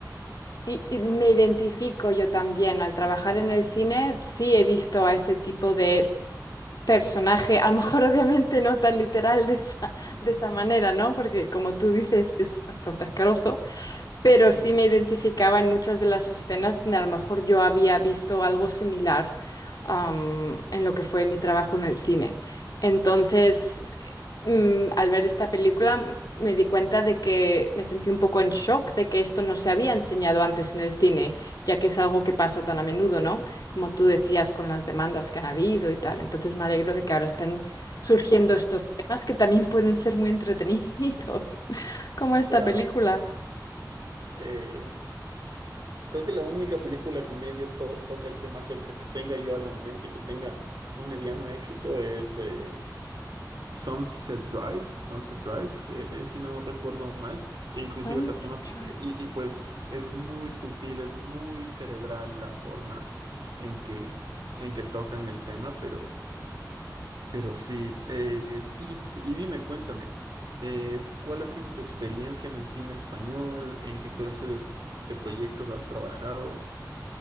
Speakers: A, on the left; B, on the right.
A: y, y me identifico yo también. Al trabajar en el cine, sí he visto a ese tipo de personaje, a lo mejor <laughs> obviamente no tan literal de esa, de esa manera, ¿no? Porque como tú dices, es bastante asqueroso. pero
B: <laughs>
A: sí
B: Ujú.
A: me identificaba en muchas de las escenas donde a lo mejor yo había visto algo similar am, en lo que fue mi trabajo en el cine. Entonces, mm, al ver esta película, m- me di cuenta de que me sentí un poco en shock de que esto no se había enseñado antes en el cine, ya que es algo que pasa tan a menudo, ¿no? Como tú decías, con las demandas que han habido y tal. Entonces, me alegro de que ahora estén surgiendo estos temas que también pueden ser muy entretenidos, <laughs> como esta
B: Claro.
A: película.
B: eh, creo que la única película que medio to- toca el tema cerca, que tenga yo a la mente y que tenga un mediano éxito es eh, Sunset Drive, Sunset Drive, eh, si no recuerdo mal,
A: Sunset
B: e inclusive ese tema,
A: Drive.
B: pu- y, y pues es muy sutil, es muy cerebral la forma en que, en que tocan el tema, pero, pero sí, eh, y, y dime, cuéntame, eh, ¿cuál ha sido tu experiencia en el cine español? ¿En qué clase de, de proyectos has trabajado?